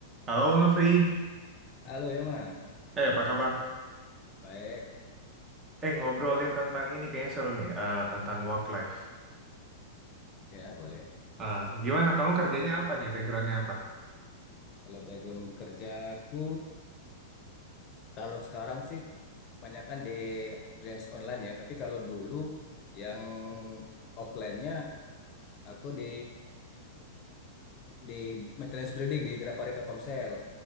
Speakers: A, on the right; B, on the left.
A: Halo Nofri,
B: Halo Yoma,
A: eh apa kabar?
B: baik
A: Eh ngobrolin tentang ini kayaknya seru nih, eh, tentang work life.
B: ya boleh.
A: Eh, gimana kamu kerjanya apa nih? Backgroundnya apa?
B: Kalau background kerjaku, <clears throat> kalau sekarang sih kebanyakan di freelance online ya. Tapi kalau dulu yang offline-nya aku di di maintenance building di Grapari Telkomsel.